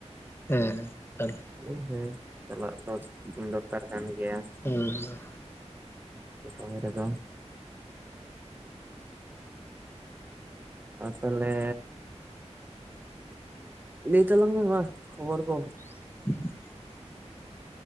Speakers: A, on the left; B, on the right.
A: ᱮᱸ ᱛᱟᱦᱞᱮ
B: ᱦᱮᱸ ᱦᱮᱸ ᱪᱟᱞᱟᱜ ᱫᱚ ᱫᱚᱨᱠᱟᱨ ᱠᱟᱱ ᱜᱮᱭᱟ
A: ᱩᱸᱻ
B: ᱥᱩᱢᱤ‌ ᱨᱮᱫᱚ ᱟᱨ ᱛᱟᱦᱞᱮ ᱞᱟᱹᱭ ᱛᱟᱞᱟᱝ ᱢᱮ ᱢᱟ ᱠᱷᱚᱵᱚᱨ ᱠᱚ,
A: <inaudible>